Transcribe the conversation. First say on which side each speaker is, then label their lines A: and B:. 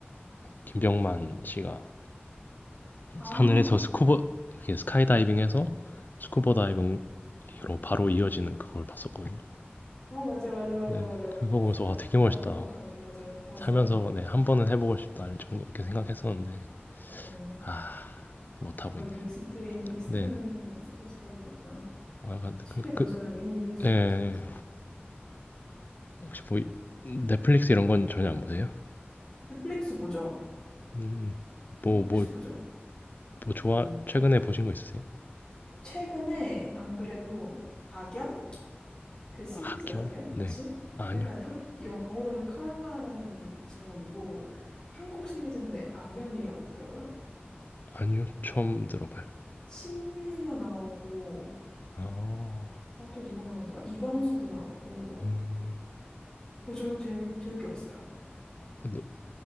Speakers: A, on the left (about 50°); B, on the left (about 25°).
A: 김병만 씨가
B: 아,
A: 하늘에서 스쿠버, 이렇게 스카이다이빙해서 스쿠버 다이빙으로 바로 이어지는 그걸 봤었거든요.
B: 아 맞아요, 맞아요, 맞아요,
A: 네,
B: 맞아요.
A: 그거 보면서
B: 스카,
A: 와, 되게 멋있다.
B: 와 그거 봤던 것 같아요, 맞아요, 맞아요,
A: 살면서 네, 한 번은 해보고 싶다, 이 정도 이렇게 생각했었는데,
B: 맞아요.
A: 아, 못하고
B: 아무래도
A: 있네.
B: 익스트림, 익스트림
A: 네,
B: 스포츠다 보니까
A: 아, 근데
B: 쉽게
A: 그러니까
B: 도전하기
A: 그,
B: 힘들 수도
A: 네,
B: 있죠, 맞아.
A: 혹시 보이, 넷플릭스 이런 건 전혀 안 보세요?
B: 넷플릭스 보죠.
A: 음. 뭐,
B: 넷플릭스
A: 뭐,
B: 보죠.
A: 뭐 좋아 최근에 보신 거 있으세요?
B: 최근에 안 그래도 악연? 그 시리즈
A: 악연?
B: 아세요?
A: 네.
B: 혹시?
A: 아니요.
B: 약간 한, 영어로는 칼마라는 제목이고 한국 시리즈인데 악연이라고 있더라고요.
A: 아니요. 처음 들어봐요.
B: 신민이나 나오고
A: 아.
B: 아 또 누구 나오더라? 이광수도 나오고
A: 음.
B: 그저 재밌 재밌게 봤어요.
A: 어, 너-